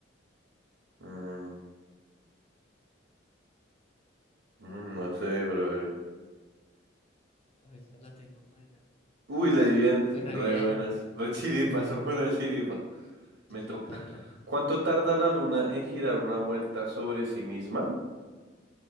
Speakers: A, on the right; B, on the left.
A: Mm, mm,
B: Me
A: no
B: toca-
A: sé, brother.
B: La vista la tengo paila.
A: Uy, le di bien.
B: Muy re
A: Re
B: bien.
A: buenas. Re chiripas,
B: Mm,
A: <laughs> una chiripa. Me
B: yo sí
A: toca.
B: paila.
A: ¿Cuánto tarda la luna en girar una vuelta sobre sí misma?